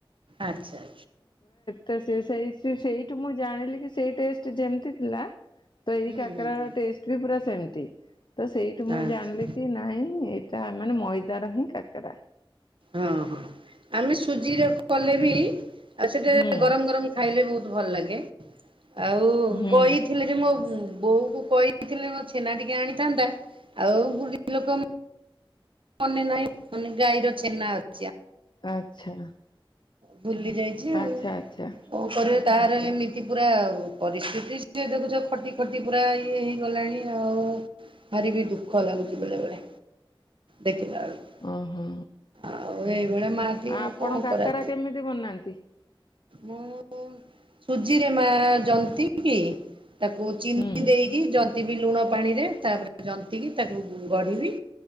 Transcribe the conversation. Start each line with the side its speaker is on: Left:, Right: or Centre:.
Right: ଆଚ୍ଛା।
Left: ତ ସେ ସେଇ ସେଇଠୁ ମୁଁ ଜାଣିଲି କି ସେଇ ଟେଷ୍ଟ୍ ଯେମିତି ଥିଲା। ତ ଏଇ
Right: ହୁଁ
Left: କାକାରା
Right: ହୁଁ ହୁଁ
Left: ର ଟେଷ୍ଟ୍ ବି ପୁରା ସେମିତି ତ ସେଇଠି ମୁଁ
Right: ଆଚ୍ଛା।
Left: ଜାଣିଲି କି ନାଇଁ ତା ମାନେ ମଇଦାର ହିଁ କାକାରା।
Right: ହଁ ହଁ ଆମେ ସୁଜିରେ କଲେ ବି ଆଉ ସେଠି
Left: ହୁଁ
Right: ଗରମ ଗରମ ଖାଇଲେ ବହୁତ୍ ଭଲ ଲାଗେ। ଆଉ
Left: ହୁଁ
Right: କହିଥିଲେ ଯେ ମୋ <unintelligible> ବୋଉ କୁ କହିଥିଲେ ମୋ ଛେନା ଟିକେ ଆଣିଥାନ୍ତା ଆଉ ବୁଢ଼ୀ ଲୋକ ମନେ ନାହିଁ ମାନେ ଗାଈର ଛେନା ଅ
Left: ଆଚ୍ଛା।
Right: ବୁଲିଯାଇଛି ଆଉ
Left: ଆଚ୍ଛା ଆଚ୍ଛା
Right: କଣ କରିବା <unintelligible> ସେମିତି ପୁରା ଆଉ ପରିସ୍ଥିତି ସିଏ ଦେଖୁଛ ଖଟି ଖଟି ପୁରା ଇଏ ହେଇଗଲାଣି ଆଉ। ଭାରି ବି ଦୁଃଖ ଲାଗୁଛି ବେଳେ ବେଳେ ଦେ <unintelligible>
Left: ଓହୋ
Right: ଆଉ ଏଇଭଳିଆ ମା ଟି
Left: ଆପଣ
Right: ଆଉ କଣ
Left: କାକରା
Right: କରା
Left: କେମିତି ବନାନ୍ତି?
Right: ମୁଁ ସୁଜିରେ ମା ଜନ୍ତିକି ତାକୁ ଚିନି
Left: ହୁଁ
Right: ଦେଇକି ଜନ୍ତିବି ଲୁଣ ପାଣିରେ ତାପରେ ଜନ୍ତିକି ତାକୁ ଗଢ଼ିବି।